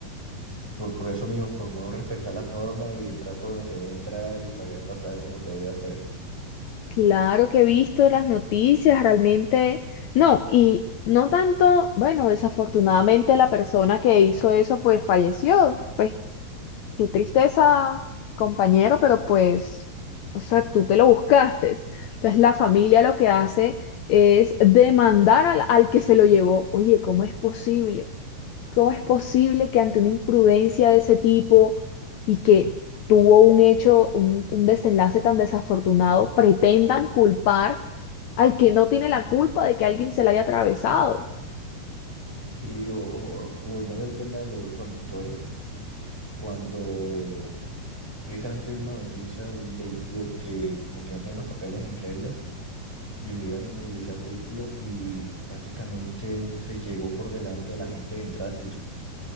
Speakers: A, in the centre; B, on the left.
A: por, por eso mismo, por no respetar las normas y entrar por donde se debe entrar y pagar el pasaje como se debe hacer.
B: Claro que he visto las noticias, realmente. No, y no tanto, bueno, desafortunadamente la persona que hizo eso pues falleció. Pues qué tristeza, compañero, pero pues, o sea, tú te lo buscaste. Entonces la familia lo que hace es demandar al, al que se lo llevó. Oye, ¿cómo es posible? ¿Cómo es posible que ante una imprudencia de ese tipo y que tuvo un hecho, un, un desenlace tan desafortunado, pretendan culpar al que no tiene la culpa de que alguien se la haya atravesado?
A: Sí, o, o- o volviendo al tema de los conductores, cuando precisamente vi una noticia de un vehículo que como que no tiene los papeles en reglas y le iban a inmovilizar el vehículo y prácticamente se llevó por delante de la gente en tránsito.